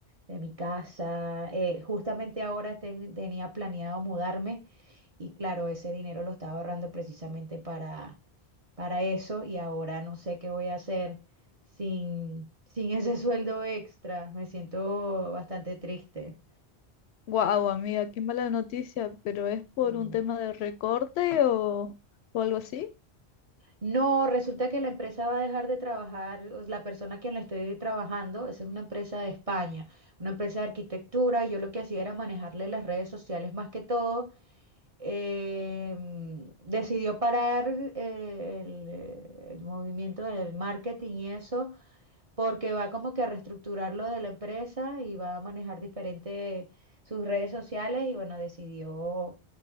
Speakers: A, on the right; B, on the left.
A: de mi casa. Eh, justamente ahora ten- tenía planeado mudarme y claro, ese dinero lo estaba ahorrando precisamente para, para eso y ahora no sé qué voy a hacer sin, sin ese sueldo extra. Me siento bastante triste.
B: wow, amiga, qué mala noticia, pero ¿es por
A: Sí.
B: un tema de recorte o, o algo así?
A: No, resulta que la empresa va a dejar de trabajar, o la persona a quien le estoy trabajando, esa es una empresa de España, una empresa de arquitectura, y yo lo que hacía era manejarle las redes sociales más que todo. em, decidió parar eh, el, eh, el movimiento del marketing y eso, porque va como que a reestructurar lo de la empresa y va a manejar diferente sus redes sociales y bueno, decidió